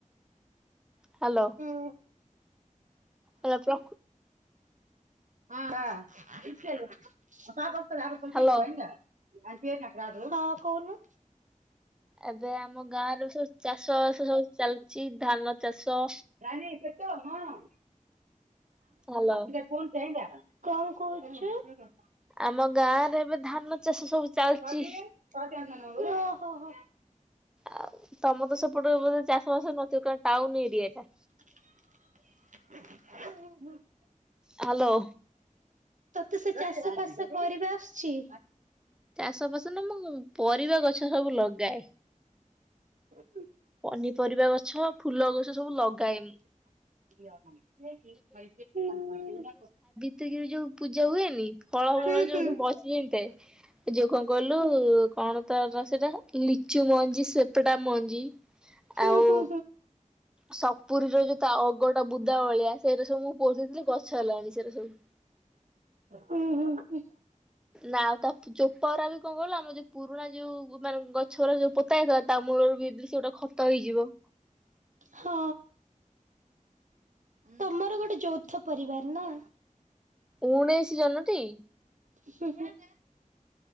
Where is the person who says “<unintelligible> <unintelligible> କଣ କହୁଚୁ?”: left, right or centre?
Right